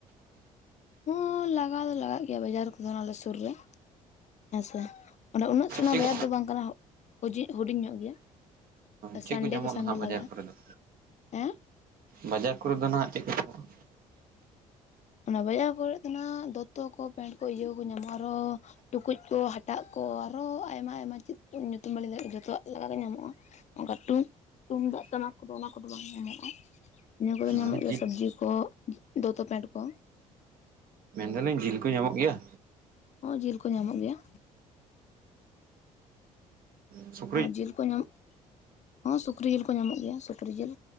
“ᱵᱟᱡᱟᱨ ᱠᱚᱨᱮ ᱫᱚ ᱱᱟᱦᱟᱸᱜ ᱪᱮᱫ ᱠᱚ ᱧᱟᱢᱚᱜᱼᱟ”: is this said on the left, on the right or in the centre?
Right